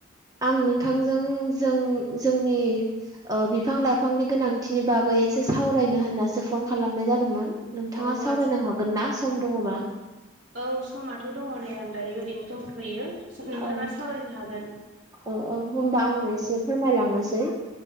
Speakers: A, on the right; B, on the right.
A: आं नोंथांजों जों जोंनि ओ बिफां लाइफांनि गोनांथिनि बागै एसे सावरायनो होननासो फन खालामनाय जादोंमोन
B: अ
A: नोंथांआ सावरायनो
B: आदसा
A: हागोन ना सम दङबा?
B: औ समाथ' दङ नै आं दायो ओरैनो दंथ'यो नोंथाङा
A: औ
B: सावरायनो हागोन
A: औ औ होनबा ओ ओ आंङो एसे
B: औ
A: फोरमायलांनोसै